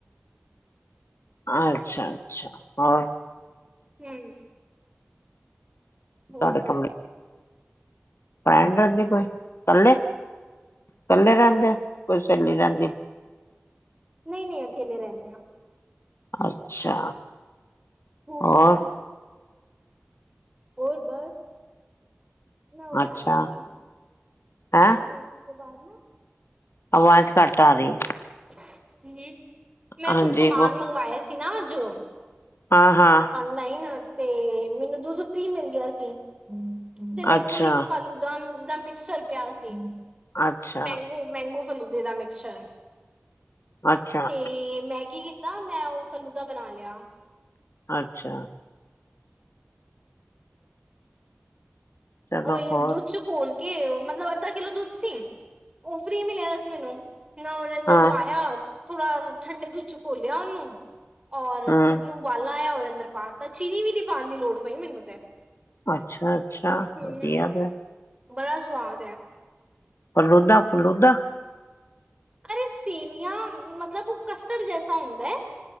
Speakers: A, on the left; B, on the right.
A: ਅੱਛਾ-ਅੱਛਾ, ਹੋਰ?
B: ਹੂੰ।
A: ਤੁਹਾਡੇ
B: ਹੇ ਗੱਲ?
A: ਕਮਰੇ ਫਰੈਂਡ ਰੈਂਦੀ ਕੋਈ? ਕੱਲੇ, ਕੱਲੇ ਰੈਂਦੇ ਓ, ਕੋਈ ਸੇਲੀ ਰੈਂਦੀ?
B: ਨਈਂ-ਨਈਂ ਅਕੇਲੇ ਰੈਨੇ ਆਂ।
A: ਅੱਛਾ,
B: ਹੂੰ,
A: ਔਰ?
B: ਹੋਰ ਬਸ, ਮੈਂ ਉਹ ਬਣਾਇਆ
A: ਅੱਛਾ
B: ਸੀ,
A: ਹੈਂ
B: ਜਰੂਰ। ਬਾਰ ਨਾ,
A: ਆਵਾਜ਼
B: ਮੈਂ ਓ,
A: ਘੱਟ ਆ
B: <unintelligible>
A: ਰਹੀ
B: ਹੂੰ-ਹੂੰ। ਮੈਂ
A: ਹਾਂਜੀ
B: ਕੁੱਛ ਸਮਾਨ ਮੰਗਾਏਆ ਸੀ ਨਾ ਜੋ।
A: ਹਾਂ-ਹਾਂ।
B: ਲਾਈਨ ਆ ਤੇ ਮੈਨੂੰ ਦੁੱਦ ਫਰੀ ਮਿਲ ਗਿਆ ਸੀ, ਤੇ ਮੇਰੇ
A: ਅੱਛਾ
B: ਕੋਲ ਇੱਕ ਫਾਲੂਦਾ ਦਾ-ਦਾ ਮਿਕਸਚਰ ਪਿਆ ਸੀ,
A: ਅੱਛਾ,
B: ਮੈਂਗੋ। ਮੈਂਗੋ-ਫਲੂਦੇ ਦਾ ਮਿਕਸਚਰ,
A: ਅੱਛਾ,
B: ਤੇ ਮੈਂ ਕੀ ਕੀ ਤਾ ਮੈਂ ਓਹ ਫਲੂਦਾ ਬਣਾ ਲਿਆ।
A: ਅੱਛਾ। ਚਲੋ
B: ਓਹੀਓ
A: ਹੋਰ
B: ਦੁੱਦ ਚ ਘੋਲ ਕੇ, ਮਤਲਬ ਅੱਦਾ ਕਿੱਲੋ ਦੁੱਦ ਸੀ। ਓਹ ਫਰੀ ਮਿਲਿਆ ਵਿਆ ਸੀ ਮੈਨੂੰ, ਮੈਂ ਓਹਦੇ ਅੰਦਰ
A: ਹਾਂ
B: ਪਾਇਆ। ਥੋੜਾ ਠੰਡੇ ਦੁੱਦ ਚ ਘੋਲਿਆ ਓਨੂੰ, ਔਰ
A: ਹੂੰ
B: ਦੁੱਦ ਨੂੰ ਉਬਾਲਾ ਆਇਆ ਓਹਦੇ ਅੰਦਰ ਪਾ ਤਾ, ਚੀਨੀ ਵੀ ਨੀ ਪਾਣ ਦੀ ਲੋੜ ਪਈ ਮੈਨੂੰ ਤੇ।
A: ਅੱਛਾ। ਅੱਛਾ
B: ਹੂੰ,
A: ਵਧੀਆ ਫੇਰ
B: ਬੜਾ ਸਵਾਦ ਐ।
A: ਫਲੂਦਾ-ਫਲੂਦਾ।
B: ਅਰੇ ਸੇਵੀਆਂ ਮਤਲਬ ਓਹ ਕਸਟਰਡ ਜੈਸਾ ਹੁੰਦਾ ਐ,